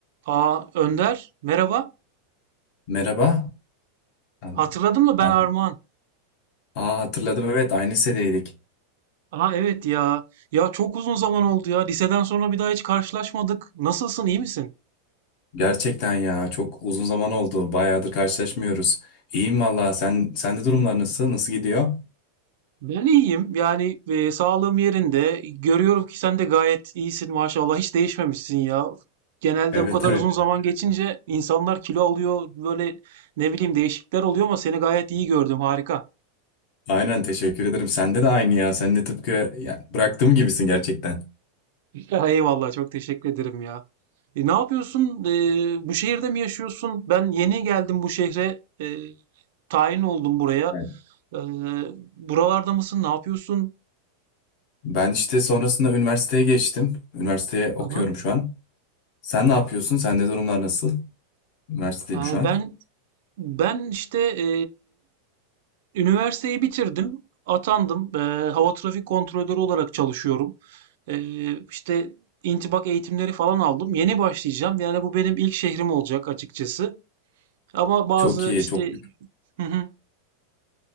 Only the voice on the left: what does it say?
Merhaba. Tamam.
Abi-
Aa, hatırladım evet aynı lisedeydik.
Gerçekten ya çok uzun zaman oldu. Bayağıdır karşılaşmıyoruz. İyiyim valla. Sen sende durumlar nasıl? Nasıl gidiyor?
Evet
evet.
Aynen teşekkür ederim. Sende de aynı ya. Sen de tıpkı ya, bıraktığım gibisin gerçekten.
Evet.
Ben işte sonrasında üniversiteye geçtim. Üniversiteye okuyorum
şu an. Sen ne yapıyorsun? Sende durumlar nasıl? Üniversitedeyim
şu an.
Çok iyi,
çok